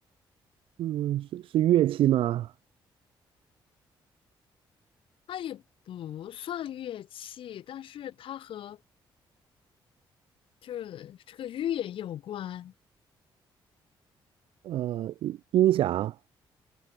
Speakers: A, on the right; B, on the left.
A: 嗯，是是乐器吗？
B: 它也不算乐器，但是它和就是这个乐有关，
A: 呃，音响、